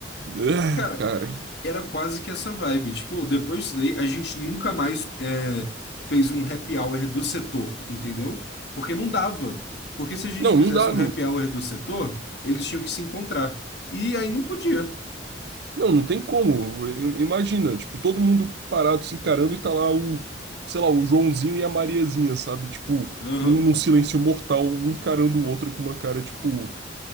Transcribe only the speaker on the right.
É,
cara.
Não,
não dá.
Não, não tem como. I- Imagina, tipo, todo mundo parado se encarando e tá lá o, sei lá, o Joãozinho e a Mariazinha, sabe? Tipo,
num, num silêncio mortal, um encarando o outro com uma cara, tipo,